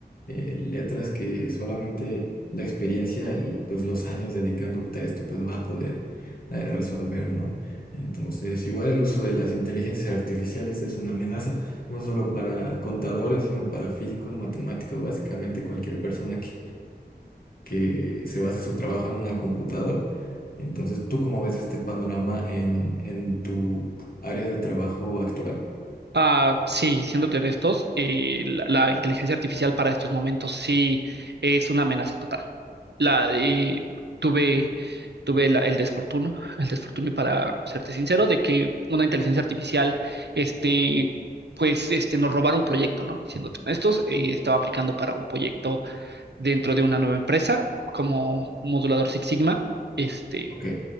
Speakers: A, on the left; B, on the right.
A: eh, letras que solamente la experiencia y pues los años dedicándote a esto pues va a poder eh, resolver, ¿no? Entonces, igual el uso de las inteligencias artificiales es una amenaza no solo para contadores, sino para físicos, matemáticos, básicamente cualquier persona que que se base su trabajo en una computadora. Entonces, ¿tú cómo ves este panorama en, en tu área de trabajo actual?
B: Ah, sí, siéndote honestos, eh, la, la inteligencia artificial para estos momentos sí es una amenaza total. La, eh, tuve tuve la- el desfortuno, el desfortunio para serte sincero, de que una inteligencia artificial, este, pues, este, nos robara un proyecto, ¿no? Siéndote honestos, eh, estaba aplicando para un proyecto dentro de una nueva empresa como modulador Six Sigma, este.
A: Ok,